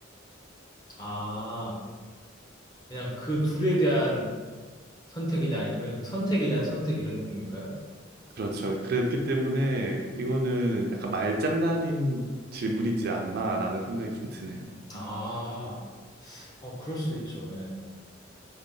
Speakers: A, on the left; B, on the right.
A: 아, 그냥 그 둘에 대한 선택이지 아니면 그 선택에 대한 선택 이런 느낌일까요?
B: 그렇죠. 그랬기 때문에 이거는 약간 말장난인 질문이지 않나라는 생각이 좀 드네요.
A: 아, 어, 그럴 수도 있죠. 예.